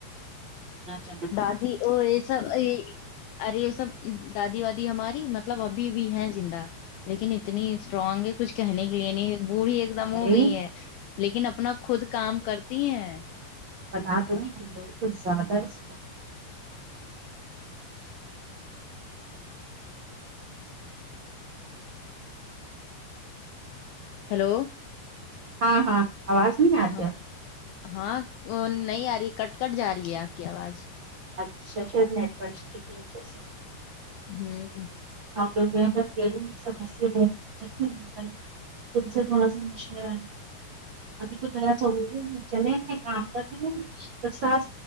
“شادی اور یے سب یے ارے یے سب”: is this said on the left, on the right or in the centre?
Left